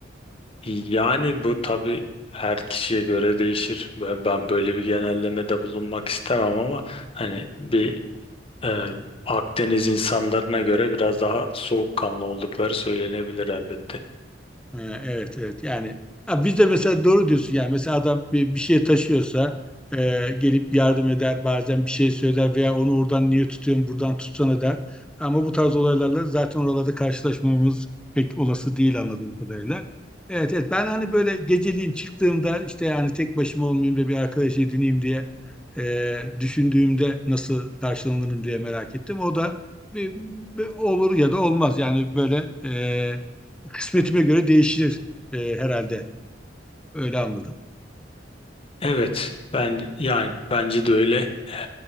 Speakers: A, on the left; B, in the centre.
A: Yani bu tabii her kişiye göre değişir. Bö- Ben böyle bir genellemede bulunmak istemem ama hani bir e, Akdeniz insanlarına göre biraz daha soğukkanlı oldukları söylenebilir elbette.
B: Ha, Evet evet yani ha, biz de mesela doğru diyorsun yani mesela adam bir, bir şey taşıyorsa e, gelip yardım eder bazen bir şey söyler veya onu oradan niye tutuyorsun buradan tutsana der. Ama bu tarz olaylarla zaten oralarda karşılaşmamız pek olası değil anladığım kadarıyla. Evet evet ben hani böyle geceliğin çıktığımda işte yani tek başıma olmayayım da bir arkadaş edineyim diye e, düşündüğümde nasıl karşılanırım diye merak ettim. O da bir, bir olur ya da olmaz yani böyle e, Kısmetime göre değişir e, herhalde. Öyle anladım.
A: Evet, ben yani bence de öyle. Ee,